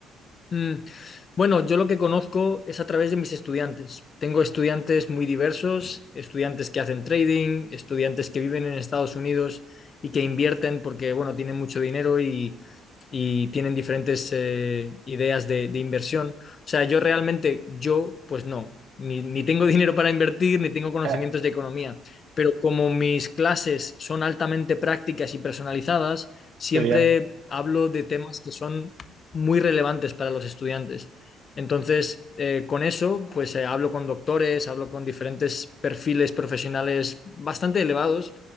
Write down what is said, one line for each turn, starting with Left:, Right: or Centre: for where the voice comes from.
Left: Mm, Bueno, yo lo que conozco es a través de mis estudiantes. Tengo estudiantes muy diversos, estudiantes que hacen trading, estudiantes que viven en Estados Unidos y que invierten porque, bueno, tienen mucho dinero y, y tienen diferentes eh, ideas de, de inversión. O sea, yo realmente, yo, pues no, ni, ni tengo <laughs> dinero para invertir, ni tengo conocimientos
Right: Eh,
Left: de economía, pero como mis clases son altamente prácticas y personalizadas, siempre
Right: qué bien,
Left: hablo de temas que son muy relevantes para los estudiantes. Entonces, eh, con eso, pues eh, hablo con doctores, hablo con diferentes perfiles profesionales bastante elevados